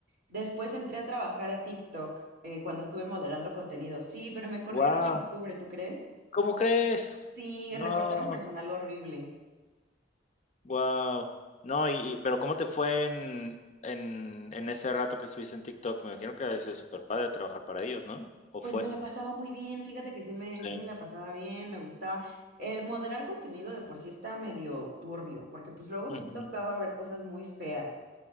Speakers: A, on the right; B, on the left.
A: Después entré a trabajar a TikTok eh, cuando estuve moderando contenido. Sí, pero me corrieron
B: Guau,
A: en octubre, ¿tú crees?
B: ¿cómo crees?
A: Sí,
B: No,
A: recortaron personal horrible.
B: guau. No, y y pero, ¿cómo te fue en en en ese rato que estuviste en TikTok? Me imagino que debe ser ser padre trabajar para ellos, ¿no? ¿O
A: Pues
B: fue?
A: me la pasaba muy bien, fíjate que sí me,
B: Sí.
A: sí me la pasaba bien, me gustaba. El moderar contenido de por sí está medio turbio, porque pues luego
B: Ujú.
A: sí tocaba ver cosas muy feas,